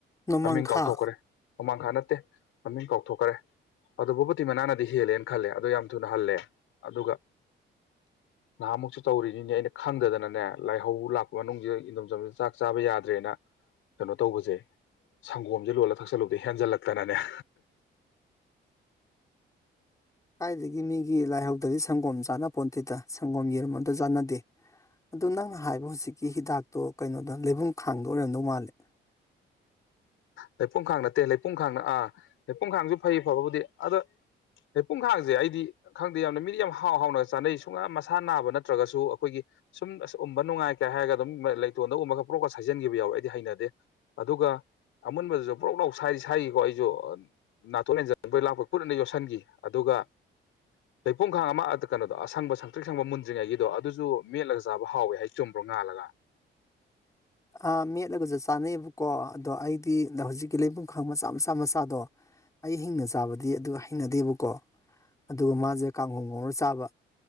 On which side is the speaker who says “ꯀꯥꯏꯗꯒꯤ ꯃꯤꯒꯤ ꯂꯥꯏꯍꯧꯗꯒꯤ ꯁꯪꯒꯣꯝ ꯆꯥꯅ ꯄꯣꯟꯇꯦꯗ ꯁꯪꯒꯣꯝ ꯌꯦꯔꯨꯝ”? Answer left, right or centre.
Left